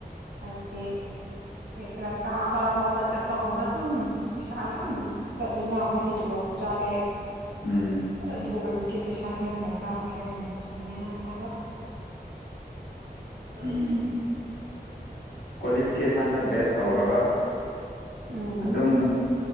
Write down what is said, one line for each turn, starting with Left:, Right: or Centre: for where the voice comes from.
Right: ꯍꯥꯏꯕꯗꯤ ꯄꯩꯁꯤꯔꯥ ꯆꯥꯕ ꯊꯧꯕ ꯆꯠꯄꯒꯨꯝꯕ ꯑꯗꯨꯝ ꯄꯩꯁꯥ ꯌꯥꯝ ꯆꯠꯂꯦꯅ ꯑꯩꯈꯣꯏꯗꯤ ꯇꯨꯂꯣꯞ ꯆꯥꯗꯦ
Left: ꯎꯝ
Right: ꯑꯗꯨ ꯑꯣꯏꯕꯒꯤ ꯄꯩꯁꯥꯥꯁꯦ ꯌꯥꯝ ꯗꯔꯀꯥꯔ ꯑꯣꯏꯍꯝ ꯆꯨꯝꯃꯦ ꯅꯪ ꯍꯥꯏꯕ ꯎꯍꯝ
Left: ꯀ꯭ꯋꯥꯂꯤꯐꯤꯀꯦꯁꯟꯗ ꯕꯦꯁ ꯇꯧꯔꯒ
Right: ꯎꯝ
Left: ꯑꯗꯨꯝ